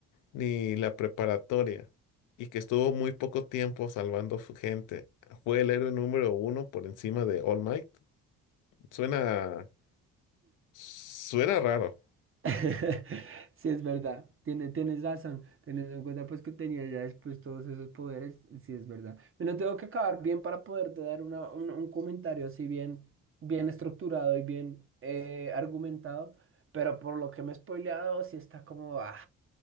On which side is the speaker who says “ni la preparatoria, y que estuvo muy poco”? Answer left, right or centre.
Left